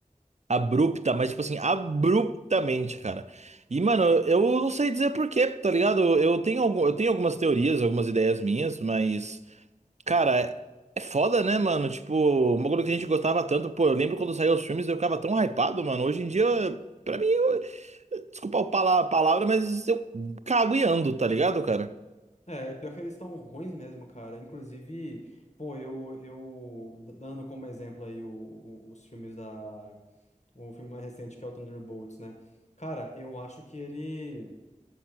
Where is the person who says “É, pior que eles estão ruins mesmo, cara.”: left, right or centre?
Left